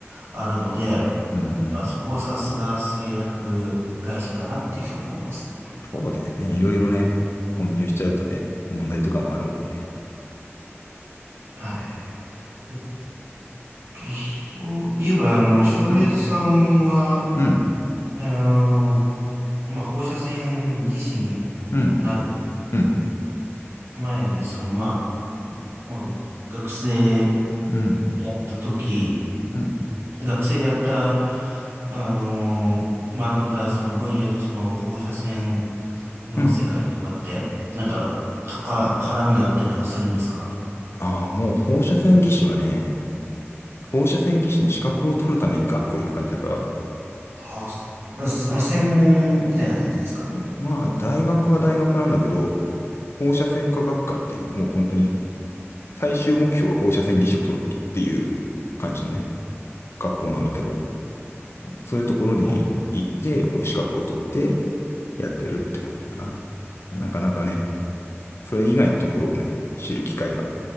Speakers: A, on the right; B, on the left.
A: あるので、や
B: うん。
A: っぱそこはさすが製薬会社かなっていうふうに思いますね。
B: そうだよね。いろいろね、混入しちゃうとね、問題とかもあるもんね。
A: はい。えっと、そういえば、あの、翔平さんは、
B: うん。うん。
A: えーまあ、放射線技師に
B: うん。
A: なる
B: うん。
A: 前に、その、まあ、まあ、学生
B: うん。
A: でやった時、
B: うん。
A: 学生でやった、あのー学んだその分野とその放射線の世界とかって、
B: うん。
A: なんか、かか、絡みがあったりとかするんですか
B: ああ、もう放射線技師はね、放射線技師の資格を取るために学校行く感じだから、
A: はあ、そまあ、専門みたいな感じですかね。
B: うんまあ、大学は大学なんだけど、放射線科学科っていう、もう本当に最終目標は放射線技師を取ることっていう感じのね、学校なんだけど、そういうところに行って、
A: うん、
B: こう資格を取ってやってるって感じかな。なかなかね、それ以外のところをね、知る機会が